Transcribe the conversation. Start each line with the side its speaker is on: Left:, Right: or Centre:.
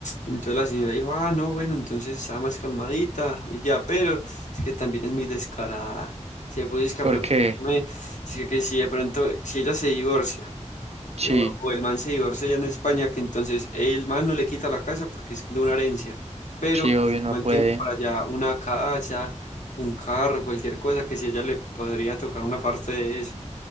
Left: Entonces la señora dijo, ah, no, bueno, entonces está más calmadita y ya, pero es que también es muy descarada. Si le pudiese que
Right: ¿Por
Left: a preguntarme,
Right: qué?
Left: dice que si de pronto, si ella se divorcia
Right: Sí,
Left: y- O, o el man se divorcia ya en España, que entonces el man no le quita la casa porque es de una herencia, pero
Right: sí,
Left: que
Right: obvio
Left: si
Right: no
Left: mantiene
Right: puede.
Left: por allá una casa, un carro, cualquier cosa, que si a ella le podría tocar una parte de eso,